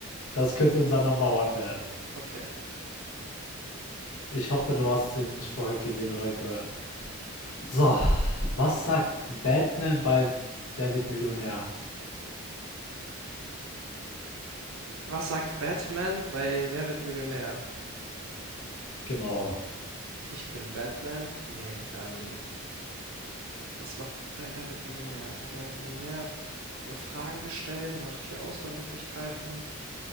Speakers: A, on the left; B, on the right.
A: Das könnte unser Number One werden.
B: Okay.
A: Ich hoffe, du hast den nicht vorher gesehen oder gehört. So, was sagt Batman bei Wer wird Millionär?
B: Was sagt Batman bei Wer wird Millionär?
A: Genau.
B: Ich bin Batman? Nee, ähm, was macht bei Wer wird Millionär? Bei Wer wird Millionär wird man Fragen gestellt, man hat vier Auswahlmöglichkeiten,